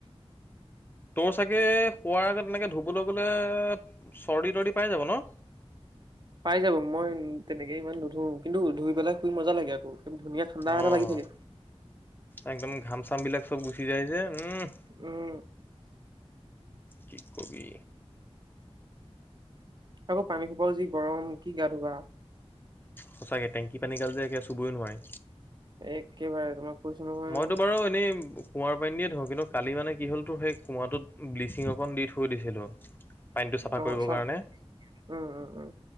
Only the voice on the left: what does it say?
তোৰ চাগে শোৱাৰ আগত এনেকৈ ধুবলৈ গ'লে চৰ্দি তৰ্দি পাই যাব ন।
অ
একদম, ঘাম চাম বিলাক চব গুচি যাই যে উম'।
কি কবি।
সঁচাকৈ, টেকি পানী গাল যে একেবাৰে চুবই নোৱাৰি।
মইতো বাৰু এনেই, কুঁৱাৰ পানী দিয়ে ধৰো কিন্তু কালি মানে কি হ'ল তোৰ সেই কুঁৱাটোত ব্লিচিং অকণ দি থৈ দিছিলোঁ <unintelligible> পানীটো চাফা
কৰিব
কাৰনে